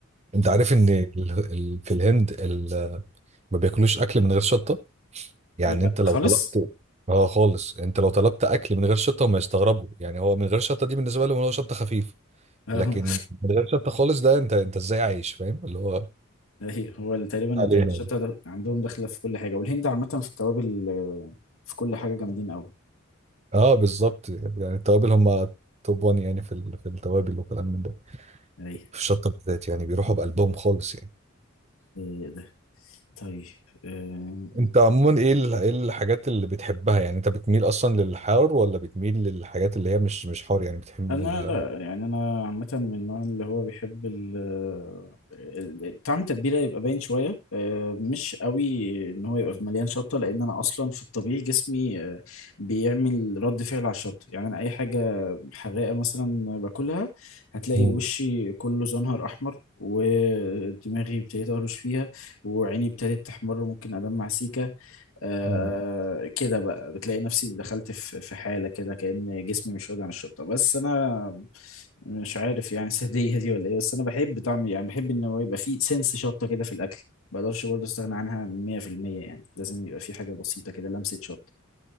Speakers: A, on the right; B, on the left.
A: انت
B: مم.
A: عارف ان ال- ال- في الهند ال- ما بياكلوش اكل من غير شطه يعني
B: يا
A: انت لو
B: خالص
A: طلبت اه خالص انت لو طلبت اكل من غير شطه هم يستغربوا يعني هو من غير شطه دي بالنسبه لهم هو شطه خفيف
B: <laughs> أهو
A: لكن من غير شطه خالص ده انت انت ازاي عايش فاهم اللي هو
B: أيوة هو ال- تقريبا
A: علينا
B: الشطة
A: يعني.
B: ده عندهم داخلة في كل حاجة والهند عامة في التوابل آه، في كل حاجة جامدين أوي
A: اه بالظبط يعني التوابل هم توب 1 يعني في ال- في التوابل وكلام من ده
B: أيوة
A: في الشطه بالذات يعني بيروحوا بقلبهم خالص يعني
B: إيه ده طيب آه،
A: انت عموما ايه ال- ايه الحاجات اللي بتحبها يعني انت بتميل اصلا للحار ولا بتميل للحاجات اللي هي مش مش حار يعني بتحب
B: انا
A: ال-
B: لا يعني انا عامه من النوع اللي هو بيحب ال ال- ال- طعم التتبيله يبقى باين شويه آه، مش قوي ان هو يبقى مليان شطه لان انا اصلا في الطبيعي جسمي آه، بيعمل رد فعل على الشطه يعني انا اي حاجه حراقه مثلا باكلها هتلاقي
A: مم.
B: وشي كله زنهر احمر ودماغي ابتديت اهرش فيها وعيني ابتدت تحمر ممكن ادمع سيكه آه
A: مم.
B: كده بقى بتلاقي نفسي دخلت في في حالة كده كأن جسمي مش راضي عن الشطة بس أنا مش عارف يعني <laughs> السادية دي ولا إيه بس أنا بحب طعم يعني بحب إن هو يبقى فيه سنس شطة كده في الأكل ما بقدرش برضه أستغنى عنها 100% يعني لازم يبقى فيه حاجة بسيطة كده لمسة شطة